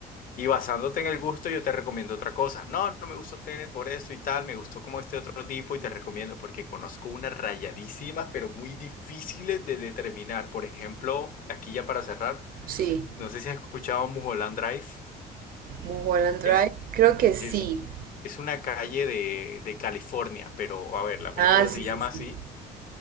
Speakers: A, on the left (about 55°); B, on the right (about 60°).
A: y basándote en el gusto, yo te recomiendo otra cosa. No, no me gustó Tenet por esto y tal, me gustó como este otro tipo y te recomiendo porque conozco unas rayadísimas, pero muy difíciles de determinar. Por ejemplo, aquí ya para cerrar,
B: sí,
A: no sé si has escuchado Mulholland Drive.
B: Mulholland Drive,
A: Es,
B: creo que sí,
A: es, es una calle de, de California, pero a ver, la película
B: ah, sí,
A: se llama
B: sí, sí,
A: así